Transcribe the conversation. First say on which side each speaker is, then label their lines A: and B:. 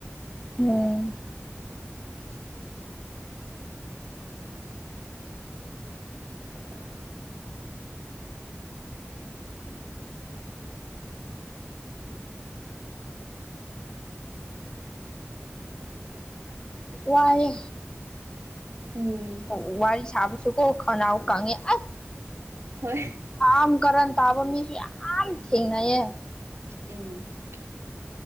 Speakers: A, on the left; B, on the right.
A: ꯎꯝ
B: <unintelligible> <unintelligible>
A: ꯋꯥꯔ
B: ꯎꯝ
A: ꯋꯥ ꯋꯥꯔꯤ ꯁꯥꯕꯁꯨ ꯀꯣ ꯈꯅꯎ ꯀꯉꯦ ꯑ
B: ꯍꯣꯏ
A: ꯑꯝ ꯀ ꯇꯥꯕ ꯃꯤꯁꯤ ꯌꯥꯝꯝ ꯊꯦꯡꯅꯌꯦꯦ
B: ꯎꯝ